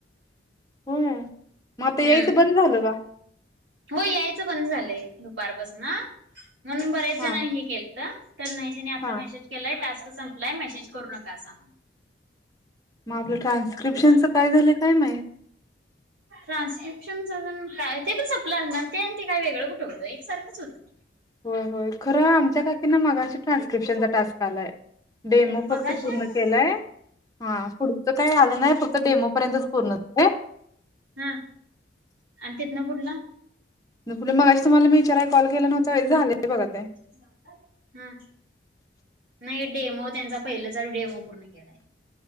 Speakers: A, on the left; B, on the right.
A: होय मग आता
B: हम्म
A: यायचं बंद झालं का?
B: हो यायचं पण झालंय दुपारपासून ह म्हणून बरेच जणांनी
A: हा
B: हे केल त. तर नाही तिने आता
A: हा
B: मेसेज केलाय टास्क संपलाय मेसेज करू नका असा.
A: मग आपलं ट्रान्स्क्रिप्शनचं काय झालंय काय माहित.
B: ट्रान्स्क्रिप्शन अजून काय ते पण सपलं असणार ते आणि ते का वेगळं कुठे होतं एक सारखंच होतं
A: होय या होय खरं आमच्या काकीना मगाशी ट्रान्स्क्रिप्शनचा टास्क आलाय. डेमो फक्त
B: मगाशी
A: पूर्ण
B: आला
A: केलाय हा पुढ तो काही आलं नाही फक्त डेमो पर्यंतच पूर्ण झालंय.
B: हा आणि तेथन पुढल
A: पुढ मग अजशी तुम्हाला मी विचाराय कॉलं नव्हता झालंय बघा ते.
B: हम्म नाही डेमो त्यांचा. पहिलंच डेमो पूर्ण केलाय